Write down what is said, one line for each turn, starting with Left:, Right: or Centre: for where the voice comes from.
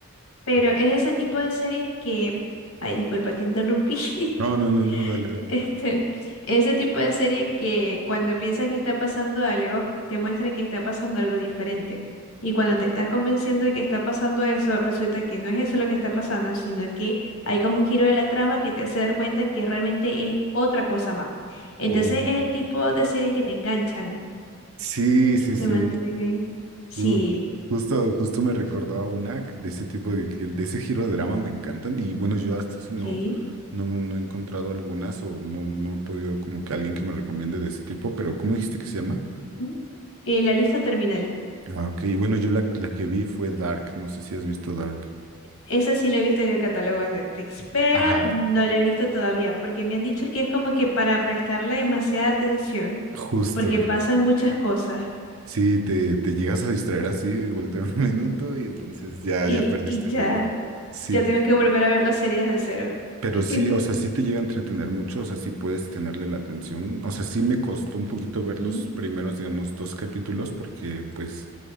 Left: Pero
Right: Ok.
Left: es ese tipo de series que... Ay, disculpa, te interrumpí. <laughs>
Right: No, no, no, no, dale, dale.
Left: Este, ese tipo de serie que cuando piensas que está pasando algo, te muestran que está pasando algo diferente. Y cuando te estás convenciendo de que está pasando eso, resulta que no es eso lo que está pasando, sino que hay como un giro de la trama que te hace dar cuenta que realmente es otra cosa más. Entonces
Right: Oh. no.
Left: es el tipo de series que te enganchan
Right: Sí,
Left: y
Right: sí,
Left: te
Right: sí.
Left: mantienen ahí. Sí,
Right: Uh, justo, justo me recordó a una que de ese tipo de, que de ese giro de drama me encantan. Y bueno, yo hasta eso no,
Left: ¿qué?
Right: no, no he encontrado algunas o no, no he podido como que alguien que me recomiende de ese tipo. Pero, ¿cómo dijiste que se llama?
Left: ¿Mm? Eh, la lista terminal.
Right: Ah, ok. Bueno, yo la, la que vi fue Dark. No sé si has visto Dark.
Left: Esa sí la he visto en el catálogo de Netflix, pero
Right: Ajá,
Left: no la he visto todavía porque me han dicho que es como que para prestarle demasiada atención,
Right: justo.
Left: porque
Right: ju-
Left: pasan muchas cosas
Right: Sí, te, te llegas a distraer así y voltear un <laughs> minuto y entonces ya,
Left: y,
Right: ya perdiste
Left: y ya,
Right: el hilo. Sí.
Left: ya tengo que volver a ver las series de cero.
Right: Pero
Left: <laughs>
Right: sí, o sea, sí te llega a entretener mucho, o sea, sí puedes tenerle la atención. O sea, sí me costó un poquito ver
Left: sí
Right: los primeros, digamos, dos capítulos, porque pues